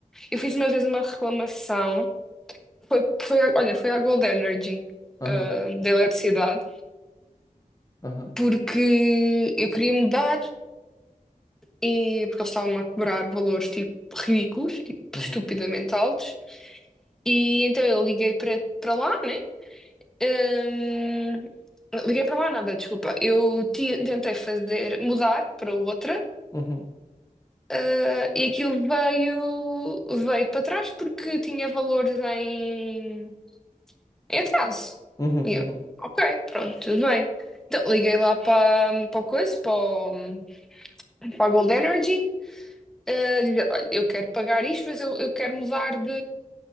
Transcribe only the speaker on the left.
Aham,
aham,
uhum,
uhum,
uhum,
uhum.